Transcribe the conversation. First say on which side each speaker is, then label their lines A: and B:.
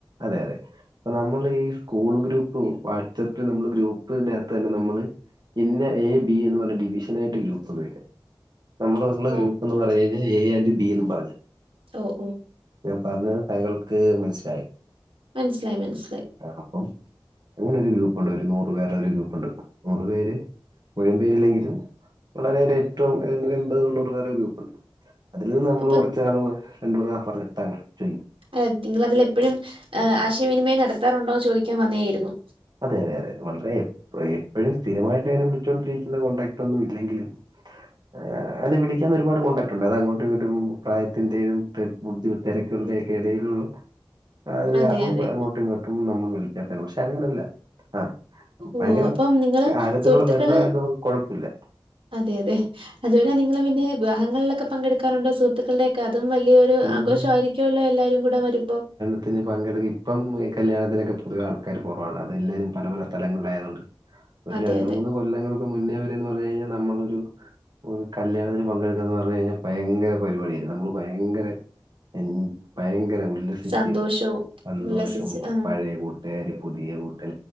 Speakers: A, on the right; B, on the right.
A: അതെ അതെ അപ്പ നമ്മള് ഈ സ്കൂൾ ഗ്രൂപ്പ് വാട്സാപ്പിൽ നമ്മള് ഗ്രൂപ്പിനാത്ത് തന്നെ നമ്മള് ഇന്നെ എ ബി എന്ന് പറഞ്ഞ ഡിവിഷൻ ആയിട്ട് ഗ്രൂപ്പൊന്നും ഇല്ല നമ്മുടെ ഉള്ള
B: ഓ
A: ഗ്രൂപ്പ്ന്ന് പറഞ്ഞ് കഴിഞ്ഞ എ ആൻഡ് ബി എന്ന് പറഞ്ഞു
B: ഓഹ് ഓഹ്
A: ഞാൻ പറഞ്ഞത് താങ്കൾക്ക് മനസ്സിലായോ
B: മനസ്സിലായി മനസ്സിലായി
A: അതാണപ്പം അങ്ങനെ ഒരു ഗ്രൂപ്പുണ്ട് ഒരു നൂറ് പേരുടെ ഒരു ഗ്രൂപ്പുണ്ട് നൂറ് പേര് മുഴുവൻ പേരില്ലെങ്കിലും വളരെ ഏറ്റവും എൺപത് തൊണ്ണൂറ് പേരുടെ ഗ്രൂപ്പുണ്ട് അതിൽ നിന്ന് നമ്മൾ
B: അപ്പൊ
A: കൊറച്ച് ആള് രണ്ട് പറഞ്ഞ താങ്കൾ ചെയ്യും
B: അത് നിങ്ങളതിൽ എപ്പോഴും ആശയവിനിമയം നടത്താറുണ്ടോ എന്ന് ചോദിക്കാൻ വന്നയാരുന്നു
A: അതെ അതെ അതെ വളരെ എപ്പോഴും സ്ഥിരമായിട്ട് അങ്ങനെ വിളിച്ചുകോണ്ടിരിക്കുന്ന കോൺടാക്ട് ഒന്നും ഇല്ലെങ്കിലും ആ അങ്ങനെ വിളിക്ക ക്കാൻ ഒരുപാട് കോണ്ടാക്ട് ഉണ്ട് അത് അങ്ങോട്ടും ഇങ്ങോട്ടും പ്രായത്തിന്റെയും ബുദ്ധി തിരക്കുകളുടെ ഒക്കെ ഇടയിലുള്ള ആ ഇത്
B: അതെ
A: കാരണം
B: അതെ
A: അങ്ങോട്ടും ഇങ്ങോട്ടും നമ്മൾ വിളിക്കാത്താണ് പക്ഷെ അങ്ങനല്ല. ആ
B: ഓഹ്
A: ഭയങ്കര
B: അപ്പം നിങ്ങള്
A: ആഴത്തിലുള്ള
B: സുഹൃത്തുക്കള്
A: ബന്ധമായത് നമുക്ക് കുഴപ്പമില്ല
B: അതെ അതെ അതുപോലെ നിങ്ങള് പിന്നെ വിവാഹങ്ങളിലൊക്കെ പങ്കെടുക്കാറുണ്ടോ സുഹൃത്തുക്കളുടെ അതും വലിയൊരു
A: പിന്നെ
B: ആഘോഷം ആയിരിക്കുമല്ലോ എല്ലാരും കൂടെ വരുമ്പോ
A: ത്തിന് പങ്കെടുക്ക ഇപ്പംഈ കല്യാണത്തിനക്കെ പൊതുവെ ആൾക്കാര് കുറവാണ് അത് എല്ലാവരും പല പല സ്ഥലങ്ങളിലായത് കൊണ്ട് ഒരു
B: അതെ
A: രണ്ട
B: അതെ
A: മൂന്ന് കൊല്ലങ്ങൾക്ക് മുന്നേ വരെന്ന് പറഞ്ഞാ കഴിഞ്ഞാൽ നമ്മളൊരു ഒരു കല്യാണത്തി പങ്കെടുക്കാന്ന് പറഞ്ഞ് കഴിഞ്ഞാൽ ഭയങ്കര പരിപാടിയരുന്നു നമ്മള് ഭയ ഭയങ്കര എൻ ഭയങ്കര ഉല്ലസിച്ച്
B: സന്തോഷവും
A: സന്തോഷം
B: ഉല്ലസിച്ച് ആ
A: പഴയ കൂട്ട കൂട്ടുകാര് പുതിയ കൂട്ട്